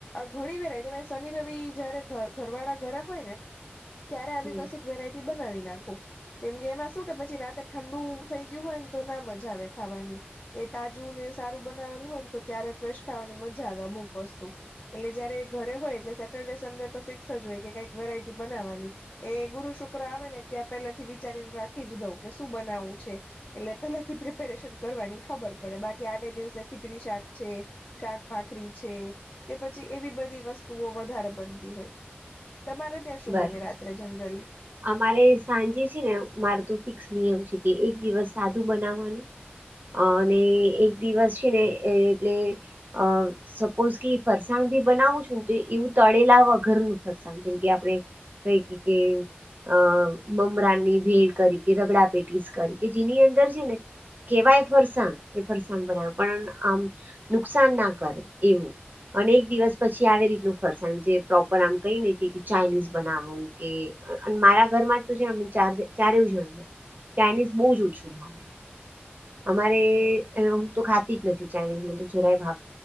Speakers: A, on the left; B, on the right.
A: ઘણી વેરાયટી શનિ રવિ જયારે ઘર વાળા ઘરે હોય ને ત્યારે આવી
B: હમ
A: કસીક વેરાયટી બનાવી નાખુ કેમ કે એમાં શું કે પછી રાતે ઠંડુ થઈ ગયું હોય ને તો ના મજા આવે ખાવાની એ તાજુ ને સારું બનાવેલ હોય ને તો ત્યારે ફ્રેશ ખાવાની મજા આવે અમુક વસ્તુ એટલે જયારે ઘરે હોય એટલે સેટરડે સન્ડે તો ફિક્સ જ હોય કે કઈક વેરાયટી બનાવાની એ ગુરુ શુક્ર આવે ને ત્યાં પેલાથી વિચારીને રાખી જ દઉં કે શું બનાવવું છે એટલે પેલાથી પ્રિપેરેશન કરવાની ખબર પડે બાકી આજ દિવસે ખીચડી શાક છે શાકભાખરી છે કે પછી એવી બધી વસ્તુઓ વધારે બનતી હોય તમારે ત્યાં શું
B: બરાબર
A: બને રાત્રે જનરલી
B: અમારે સાંજે છેને મારે તો ફિક્સ નિયમ છે કે એક દિવસ સાદું બનાવવાનું અ અને એક દિવસ છેને એટલે અ સપોઝ કે ફરસાણ બનાવું છું ને તો એવું તો તડેલાવા ઘર ન ફરસાણ જેમ કે આપણે કઈ કે કે અ મમરાનની ભેડ કરીકે રગડા પેટીસ કરી કે જેની અંદર છેને કેવાય ફરસાણ કે ફરસાણ બનાવ્યું પણ આમ નુકસાન ના કરે એવું અને એક દિવસ પછી આવી રીત નુ ફરસાણ જે પ્રોપર આમ કઈ નઈ કે ચાઈનીઝ બનાવું કે મારા ઘરમા જ તો છે ચાર એવું છે. ચાઈનીઝ બહુ જ ઓછું ભાવે અમારે
A: હમ
B: હું તો ખાતી જ નથી ચાાઈનીઝ મને જરાય ભાવે